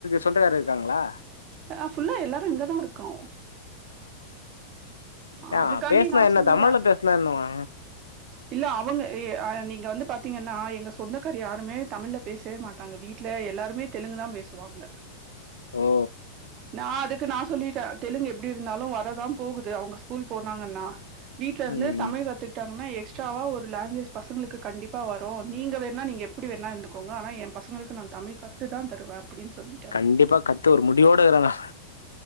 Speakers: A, on the left; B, on the right.
A: சொந்தக்கார இருக்காங்ளா
B: அ ஃபுல்லா எல்லாரு இங்கதா இருக்கோ
A: யா
B: அதுக்காண்டி
A: பேசுனா
B: நா
A: என்ன
B: சொல்லுவே
A: தமிழ்ல பேசுனா என்னவா
B: இல்ல அவுங்க எ அ நீங்க வந்து பாத்தீங்கனா எங்க சொந்தக்காரு யாருமே தமிழில பேசவே மாட்டாங்க வீட்ல எல்லாருமே தெலுங்கு தா பேசுவாங்க
A: ஓ
B: நா அதுக்கு நா சொல்லிட்டே தெலுங்கு எப்டி இருந்தாலு வரதா போகுது அவுங்க ஸ்கூல் போனாங்கன்னா வீட்ல இருந்து
A: ம்
B: தமிழ் கத்துக் டம்னா எக்ஸ்ட்ராவா ஒரு லாங்குவேஜ் பசங்களுக்கு கண்டிப்பா வரு நீங்க வேணா நீங்க எப்டி வேணா இருந்துக் கோங்க ஆனா எ பசங்களுக்கு நா தமிழ் காத்து தா தருவே அப்டின் சொல்லி
A: கண்டிப்பா கத்து ஒரு முடிவோடு இருக்றாங்க